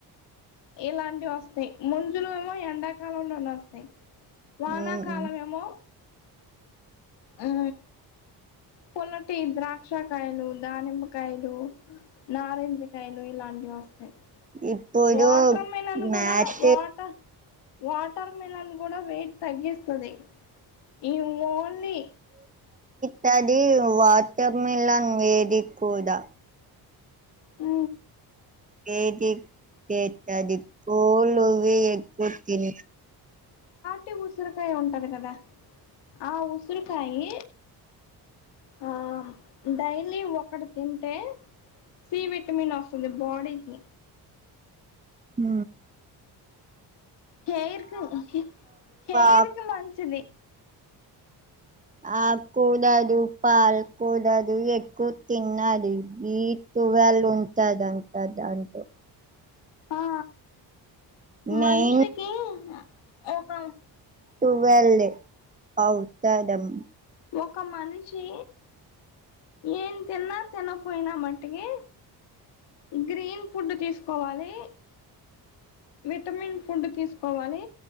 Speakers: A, on the left; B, on the right.
A: ఇలాంటివి వస్తాయి ముంజులేమో ఎండాకాలంలోనే వస్తాయి వానాకాలం
B: ఉమ్.
A: ఏమో ఉ పొల్లటి ద్రాక్ష కాయలు దానిమ్మకాయలు నారింజకాయలు ఇలాంటి వస్తయి
B: ఇప్పుడు
A: వాటర్ మిలన్
B: మ్యాచ్
A: కూడా వాటర్ వాటర్ మిలన్ కూడా వెయిట్ తగ్గిస్తది ఈ ఓన్లీ
B: తది వాటర్ మిలన్ వేడి కూడా
A: ఉ
B: ఏదితేట్టది కోలువి ఎక్కువ తిన
A: ఒట్టి ఉసిరికాయ్ ఉంటది కదా ఆ ఉసిరికాయి ఆ డైలీ ఒకటి తింటే సి విటమిన్ వస్తుంది బాడీకి
B: ఆ
A: హెరుకు హైర్కి
B: ఆకు
A: మంచిది
B: ఆకుకూరలు పాలకూరలు ఎక్కువ తినాలి బిట్ ట్వీల్వ్ ఉంటుందంట దంట్లో
A: ఆ
B: నేను
A: మన్షికి ఒక
B: ట్టువెల్ అవుతదమ్
A: ఒక మనిషి ఎమ్ తిన్నా తినకపోయినా మట్టికి గ్రీన్ ఫుడ్ తీసుకోవాలి విటమిన్ ఫుడ్ తీసుకోవాలి